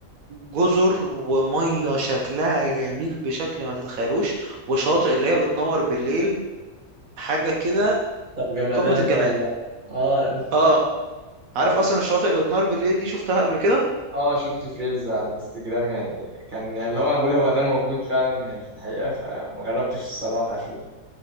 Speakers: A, on the right (about 70°); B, on the right (about 35°).
A: جزر وميه شكلها جميل بشكل ما تتخيلوش وشاطئ اللي هي بتنور بالليل حاجه كده
B: طب جمدان
A: قمه الجمال
B: ده والله اه
A: اه عارف اصلا الشاطئ اللي بتنور بالليل دي شفتها قبل كده
B: اه شفت في ريلز على الانستجرام يعني كان يعني اللي هو انا بقول هو ده موجود فعلا يعني في الحقيقة فما جربتش الصراحة اشوف